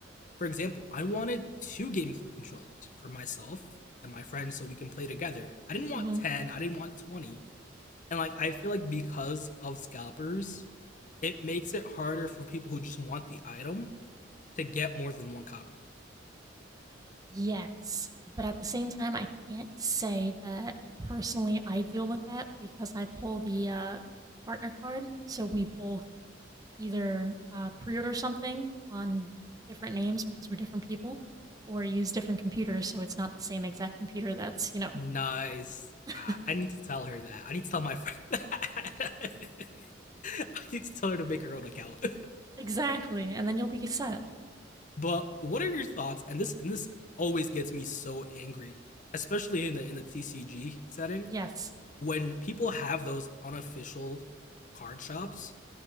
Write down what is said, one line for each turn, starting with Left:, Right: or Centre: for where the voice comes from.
Left: For example, I wanted two GameCube controllers for myself and my friends so we can play together. I didn't want
Right: hmm
Left: 10, I didn't want 20. And like I feel like because of scalpers, it makes it harder for people who just want the item to get more than one copy.
Right: Yes. But at the same time, I can't say that personally I deal with that because I pull the uh, partner card, so we both either uh, pre-order something on different names because we're different people, or use different computers so it's not the same exact computer that's, you know,
Left: Nice.
Right: <laughs>
Left: I, I need to tell her that. I need to tell my friend that. <laughs> I need to tell her to make her own account.
Right: exactly. And then you'll be set.
Left: <laughs> but what are your thoughts? And this and this always gets me so angry, especially in the in the TCG setting
Right: Yes.
Left: when people have those unofficial card shops